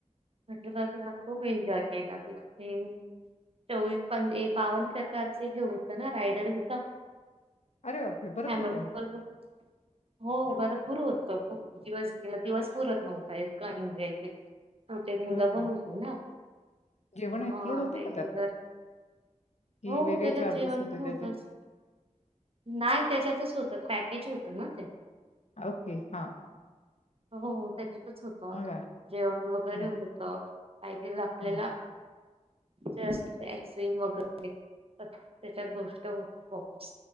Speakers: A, on the right (about 50°); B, on the left (about 60°).
A: वॉटर पार्क ला खूप एन्जॉय केला तिथे. चोवीस पन बावन्न प्रकारचे हे होतं ना, रायडर होता.
B: अरे बापरे! बरंच
A: फॅमली
B: होतं मग.
A: बरोबर. हो भरपूर होतं, खूप दिवस गेला दिवस
B: हं.
A: पुरत नव्हता इतकं आम्ही एन्जॉय केली त ते मुलं
B: हो
A: पण
B: का?
A: होतील ना.
B: जेवण
A: हा
B: इन्क्लूड होतं
A: ते
B: का त्यात?
A: तर
B: की
A: हो
B: वेगळे
A: त्याच्यात
B: चार्जेस
A: जेवण
B: होते
A: पण होतंच.
B: त्याचे?
A: नाही त्याच्यातच होत. पॅकेज होत ना ते.
B: ओके. हा.
A: हो त्याच्यातच होतं.
B: मग काय?
A: जेवण वगैरे
B: हं,
A: होतं. काय ते लाटलेल्या
B: हं.
A: ते असेल ते आईस्क्रीम वगैरे. त्याच्यात गोष्ट होती